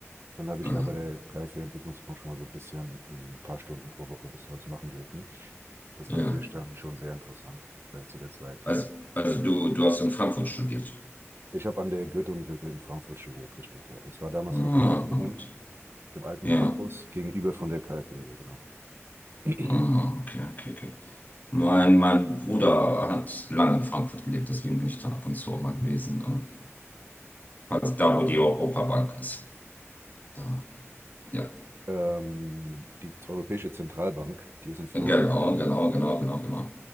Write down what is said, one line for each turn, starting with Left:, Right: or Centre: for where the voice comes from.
Right: Dann habe ich
Left: ah,
Right: da bei der KfW-Entwicklungsbank schon mal so ein bisschen, ein paar Stunden pro Woche ein bisschen was machen dürfen. Das
Left: ja.
Right: war natürlich dann schon sehr interessant äh, zu der Zeit.
Left: Also, also du, du hast in Frankfurt studiert.
Right: Ich habe an der Goethe-Universität in Frankfurt studiert, richtig. Ja. Das war damals
Left: Ah,
Right: noch in Bockenheim,
Left: gut.
Right: dem alten
Left: Ja.
Right: Campus, gegenüber von der KfW, ja genau. <clears throat>
Left: Ah, okay, okay, okay. Mein, mein Bruder hat lange in Frankfurt gelebt, deswegen bin ich da ab und zu auch mal gewesen. ähm, Also da, wo die Europabank ist. Da, ja.
Right: Ähm, die Europäische Zentralbank, die ist in Frankfurt.
Left: Genau, genau, genau, genau, genau.